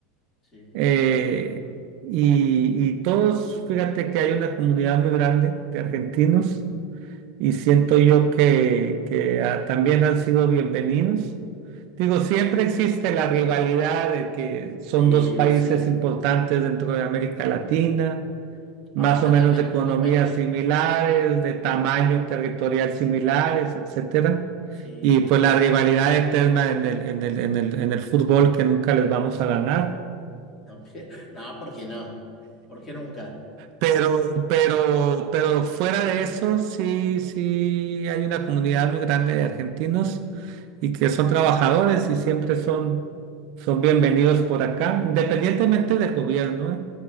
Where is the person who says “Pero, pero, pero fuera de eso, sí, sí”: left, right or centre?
Right